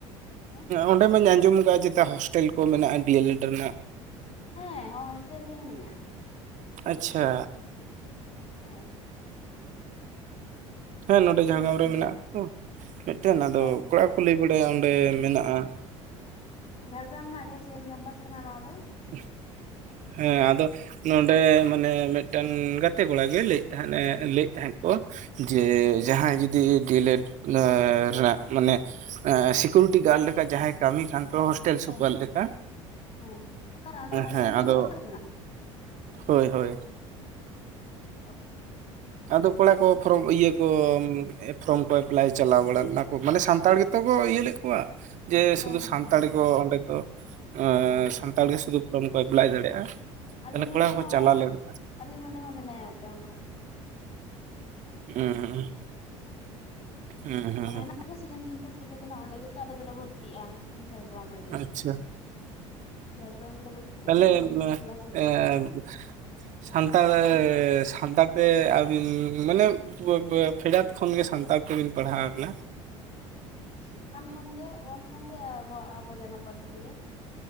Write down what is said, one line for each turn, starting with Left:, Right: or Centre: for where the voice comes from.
Left: ᱦᱮᱸ
Right: ᱚᱸᱰᱮ ᱢᱟᱹᱧ ᱟᱸᱡᱚᱢ ᱟᱠᱟᱫ-ᱟ ᱪᱮᱛᱟ ᱦᱳᱥᱴᱮᱞ ᱠᱚ ᱢᱮᱱᱟᱜᱼᱟ ᱰᱤᱮᱞᱮᱰ ᱨᱮᱱᱟᱜ?
Left: ᱦᱮᱸ ᱱᱚᱜ-ᱚᱭ ᱦᱳᱥᱴᱮᱞ ᱨᱮ ᱜᱮ ᱢᱤᱱᱟᱹᱧᱟ᱾
Right: ᱟᱪᱪᱷᱟ᱾
Left: ᱦᱮᱸ
Right: ᱦᱮᱸ
Left: ᱦᱳᱥᱴᱮᱞ
Right: ᱱᱚᱸᱰᱮ ᱡᱷᱟᱲᱜᱨᱟᱢ
Left: ᱨᱮᱜᱮ
Right: ᱨᱮ ᱢᱮᱱᱟᱜ ᱛᱚ ᱢᱤᱫᱴᱮᱱ ᱟᱫᱚ
Left: ᱦᱮᱸ
Right: ᱠᱚᱲᱟ ᱠᱚ ᱠᱚ ᱞᱟᱹᱭ ᱵᱟᱲᱟᱭᱟ ᱚᱸᱰᱮ ᱢᱮᱱᱟᱜᱼᱟ᱾
Left: ᱡᱷᱟᱲᱜᱟᱨᱟᱢ ᱨᱮᱱᱟᱜ ᱜᱮ ᱥᱮᱠᱮᱱ ᱠᱮᱢᱯᱟᱥ ᱠᱟᱱᱟ ᱱᱚᱣᱟ ᱫᱚ
Right: <unintelligible> ᱦᱮᱸ ᱟᱫᱚ ᱱᱚᱸᱰᱮ ᱢᱟᱱᱮ ᱢᱤᱫᱴᱥᱱ ᱜᱟᱛᱮ ᱠᱚᱲᱟ ᱜᱮ ᱞᱟᱹᱭᱮᱫ ᱛᱟᱦᱮᱸᱫ-ᱮ
Left: ᱦᱮᱸ
Right: ᱞᱟᱹᱭᱮᱫ ᱛᱟᱦᱮᱸᱫ ᱠᱚ ᱡᱮ
Left: ᱦᱮᱸ
Right: ᱡᱟᱦᱟᱸᱭ ᱡᱩᱫᱤ ᱰᱤ ᱴᱮᱞᱮᱰ ᱨᱮᱱᱟᱜ ᱢᱟᱱᱮ ᱥᱤᱠᱩᱨᱤᱴᱤ ᱜᱟᱰ ᱞᱮᱠᱟ ᱡᱟᱦᱟᱸᱭ ᱠᱟᱹᱢᱤ ᱠᱷᱟᱱ ᱯᱮ ᱦᱚᱥᱴᱮᱞ
Left: ᱦᱮᱸ
Right: ᱥᱩᱯᱟᱨ
Left: ᱦᱮᱸ
Right: ᱞᱮᱠᱟ
Left: ᱦᱮᱸ ᱚᱠᱟᱨᱮ ᱚᱸᱰᱮ ᱦᱟᱸᱰᱮ
Right: ᱦᱮᱸ ᱟᱫᱚ
Left: <unintelligible> ᱨᱮᱱᱟᱜ
Right: ᱦᱚᱭ ᱦᱚᱭ
Left: ᱚ
Right: ᱟᱫᱚ ᱠᱚᱲᱟ ᱠᱚ ᱯᱷᱚᱨᱚᱢ ᱤᱭᱟᱹ ᱠᱚ ᱯᱷᱨᱚᱢ ᱠᱚ ᱮᱯᱞᱟᱭ ᱪᱟᱞᱟᱣ ᱵᱟᱲᱟ ᱞᱮᱱᱟ ᱠᱚ ᱢᱟᱱᱮ ᱥᱟᱱᱛᱟᱲ ᱜᱮᱛᱚ ᱠᱚ ᱤᱭᱟᱹ ᱞᱮᱫ ᱠᱚᱣᱟ᱾ ᱡᱮ
Left: ᱦᱮᱸ
Right: ᱥᱩᱫᱩ
Left: ᱦᱮᱸ
Right: ᱥᱟᱱᱛᱟᱲᱤ
Left: ᱦᱮᱸ
Right: ᱠᱚ ᱚᱸᱰᱮ ᱫᱚ ᱮᱸ
Left: ᱦᱮᱸ ᱦᱮᱸ
Right: ᱥᱟᱱᱛᱟᱲ ᱜᱮ ᱥᱩᱫᱷᱩ ᱯᱷᱨᱚᱢ ᱠᱚ ᱮᱯᱞᱟᱭ ᱫᱟᱲᱮᱭᱟᱜᱼᱟ᱾
Left: ᱟᱞᱮ
Right: ᱛᱟᱦᱚᱞᱮ
Left: ᱱᱚᱰᱮ
Right: ᱠᱚᱲᱟ ᱠᱚᱠᱚ
Left: ᱦᱚᱸ,
Right: ᱪᱟᱞᱟᱣ ᱞᱮᱱᱟ
Left: ᱟᱞᱮ ᱱᱚᱰᱮ ᱦᱚᱸ ᱢᱮᱱᱟᱭᱟ ᱢᱤᱫᱴᱟᱝ ᱚᱝᱠᱟ᱾
Right: ᱦᱩᱸ ᱦᱩᱸ ᱦᱩᱸ
Left: ᱚᱸᱰᱮᱱᱟᱜ ᱜᱮ ᱥᱮᱠᱮᱱᱰ ᱠᱮᱢᱯᱟᱥ ᱜᱮᱛᱚ ᱠᱟᱱᱟ ᱚᱸᱰᱮ ᱜᱮᱛᱚ ᱟᱞᱮ ᱫᱚᱞᱮ ᱵᱷᱚᱨᱛᱤᱜᱼᱟ, ᱡᱷᱟᱲᱜᱨᱟᱢ ᱨᱮᱜᱮ
Right: ᱟᱪᱪᱷᱟ᱾
Left: ᱡᱷᱟᱲᱜᱨᱟᱢ ᱨᱮᱞᱮ ᱵᱷᱚᱨᱛᱤᱜᱼᱟ
Right: ᱚᱸᱛᱟᱦᱞᱮ
Left: ᱱᱚᱰᱮ ᱫᱚ ᱥᱩᱫᱷᱩ ᱠᱞᱟᱥ ᱦᱩᱭᱩᱜ
Right: ᱮᱸᱻ
Left: ᱛᱟᱞᱮᱭᱟ
Right: ᱥᱟᱱᱛᱟᱲ ᱟᱹ
Left: ᱦᱩᱸ
Right: ᱥᱟᱱᱛᱟᱲ ᱛᱮ ᱟᱹᱵᱤᱱ ᱢᱟᱱᱮ ᱛᱚᱵᱮ ᱵᱮ ᱯᱷᱮᱰᱟᱛ ᱠᱷᱚᱱ ᱜᱮ ᱥᱟᱱᱛᱟᱲ ᱛᱮᱵᱤᱱ ᱯᱟᱲᱦᱟᱣ ᱠᱟᱱᱟ?
Left: ᱠᱷᱚᱱᱜᱮ ᱚᱣᱟᱱ ᱠᱷᱚᱱ ᱜᱮ ᱟᱵᱚ ᱟᱵᱚᱣᱟᱜ ᱡᱟᱱᱟᱢ ᱯᱟᱹᱨᱥᱤ ᱛᱮᱜᱮ᱾